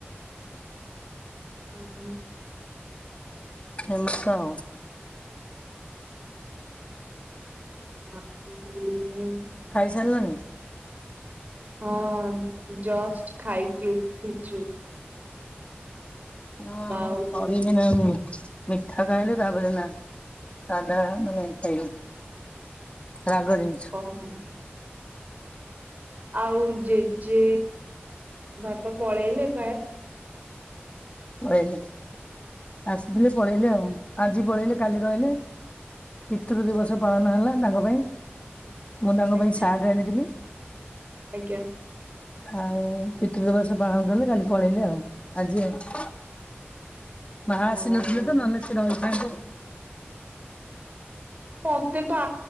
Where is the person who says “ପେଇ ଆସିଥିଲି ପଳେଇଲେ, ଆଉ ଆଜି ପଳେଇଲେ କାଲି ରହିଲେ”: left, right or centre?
Left